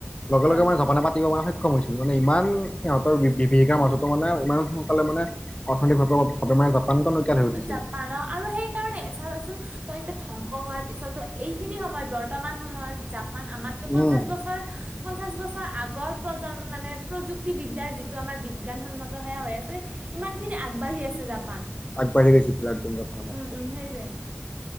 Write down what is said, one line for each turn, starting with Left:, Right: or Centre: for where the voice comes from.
Left: লগে লগে
Right: অ
Left: মানে জাপানে পাতিব পৰা স সক্ষম হৈছিল। মানে ইমান সিহঁতৰ বি- বিভীষিকাৰ মাজতো মানে ইমান সোনকালে মানে অৰ্থনৈতিকভাবেও মানে <unintelligible> জাপান হৈ উঠিছিল
Right: জাপানৰ। আৰু সেইকাৰণে চাবাচোন ত' এতিয়া ধ্বংস হোৱাৰ পিছতো, এইখিনি সময়ত বৰ্তমান সময়ত জাপান আমাত -কে পঞ্চাশ
Left: উম
Right: বছৰ পঞ্চাশ বছৰ আগৰ প্ৰজম মানে প্ৰযুক্তিবিদ্যাৰ যিটো আমাৰ বিজ্ঞানসন্মতহে হৈ আছে ইমান খিনি আগবাঢ়ি আছে জাপান।
Left: আগাঢ়ি গৈছে পুৰা একদম জাপান। আমাতকে
Right: উম, উম, সেইটোয়ে